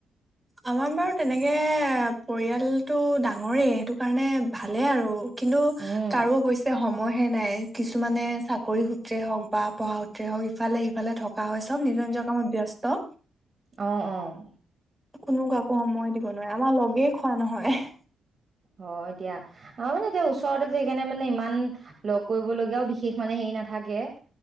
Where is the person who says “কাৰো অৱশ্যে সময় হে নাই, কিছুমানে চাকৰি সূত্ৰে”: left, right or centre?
Right